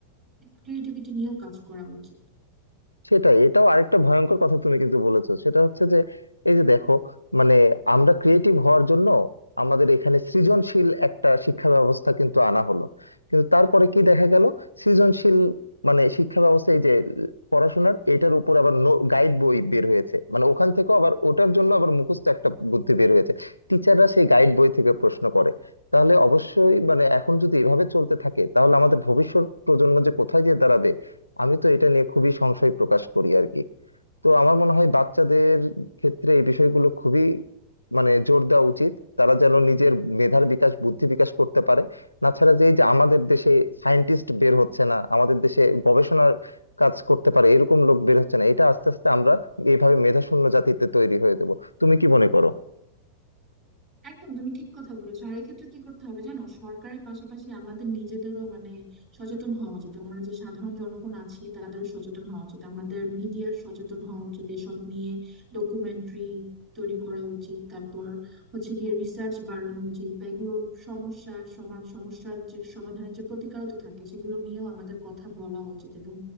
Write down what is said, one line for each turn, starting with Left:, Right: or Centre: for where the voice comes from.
Right: ক্রিয়েটিভিটি নিয়েও কাজ করা উচিত
Left: সেটাই এটাও আরেকটা ভয়ঙ্কর কথা তুমি কিন্তু বলেছো সেটা হচ্ছে যে এই যে দেখো মানে আমরা ক্রিয়েটিভ হওয়ার জন্য আমাদের এখানে সৃজনশীল একটা শিক্ষা ব্যবস্থা কিন্তু আনা হলো কিন্তু তারপরে কি দেখা গেল সৃজনশীল মানে শিক্ষা ব্যবস্থা এই যে পড়াশোনার এটার উপর আবার গাইড বই বের হয়েছে মানে ওখান থেকেও আবার ওটার জন্য আবার মুখস্থ একটা বুদ্ধি বের হয়েছে টিচাররা সেই গাইড বই থেকে প্রশ্ন করে তাহলে অবশ্যই মানে এখন যদি এভাবে চলতে থাকে তাহলে আমাদের ভবিষ্যৎ প্রজন্ম যে কোথায় গিয়ে দাঁড়াবে আমি তো এটা নিয়ে খুবই সংশয় প্রকাশ করি আর কি তো আমার মনে হয় বাচ্চাদের ক্ষেত্রে এই বিষয়গুলো খুবই মানে জোর দেওয়া উচিত তারা যেন নিজের মেধার বিকাশ বুদ্ধি বিকাশ করতে পারে তাছাড়া যে এই যে আমাদের দেশে সায়েন্টিস্ট বের হচ্ছে না আমাদের দেশে গবেষণার কাজ করতে পারে এরকম লোক বের হচ্ছে না এটা আস্তে আস্তে আমরা এইভাবে মেধাশূন্য জাতিতে তৈরি হয়ে যাব তুমি কি মনে করো
Right: একদম তুমি ঠিক কথা বলেছো আর এক্ষেত্রে কি করতে হবে জানো সরকারের পাশাপাশি আমাদের নিজেদেরও মানে সচেতন হওয়া উচিত আমরা যে সাধারণ জনগণ আছি তাদেরও সচেতন হওয়া উচিত আমাদের মিডিয়ার সচেতন হওয়া উচিত এসব নিয়ে ডকুমেন্টারি তৈরি করা উচিত তারপর হচ্ছে গিয়ে রিসার্চ বাড়ানো উচিত বা এগুলোর সমস্যা সমান সমস্যার যে সমাধানের যে প্রতিকারও তো থাকে সেগুলো নিয়েও আমাদের কথা বলা উচিত এবং